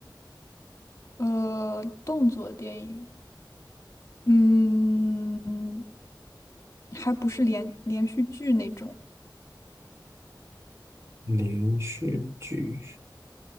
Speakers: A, on the left; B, on the right.
A: 呃，动作电影，嗯，还不是连连续剧那种。
B: 连续剧